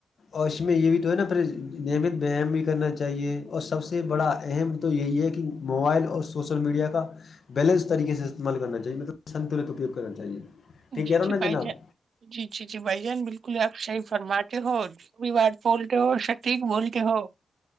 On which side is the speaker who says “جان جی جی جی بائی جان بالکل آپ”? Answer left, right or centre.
Right